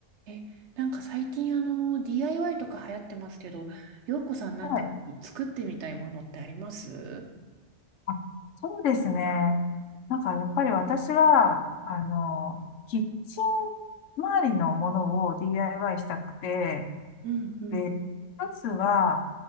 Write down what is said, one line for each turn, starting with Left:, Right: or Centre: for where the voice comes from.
Right: え、なんか最近あの、DIY とか流行ってますけど、洋子さんなんか作ってみたいものってあります
Left: はい。あ、そうですね。なんかやっぱり私は、あの、キッチン周りのものを DIY したくて、
Right: うんうん。
Left: で、一つは、